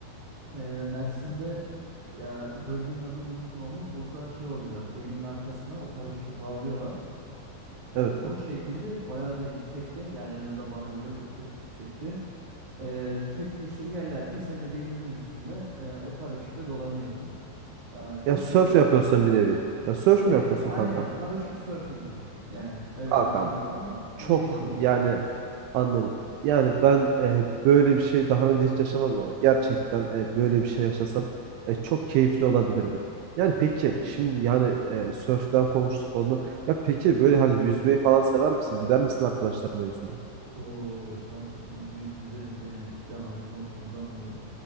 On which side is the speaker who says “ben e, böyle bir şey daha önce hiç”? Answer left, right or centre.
Right